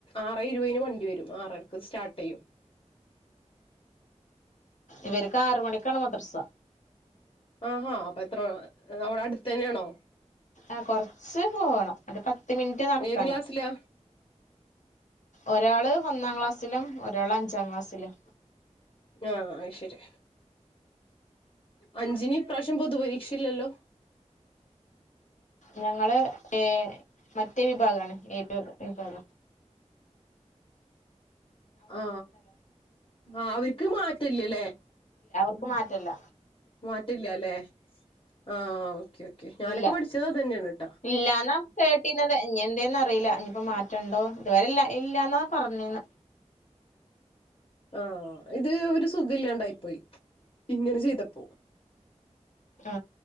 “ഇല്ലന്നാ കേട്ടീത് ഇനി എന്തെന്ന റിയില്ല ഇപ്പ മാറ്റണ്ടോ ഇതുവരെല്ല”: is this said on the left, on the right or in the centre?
Left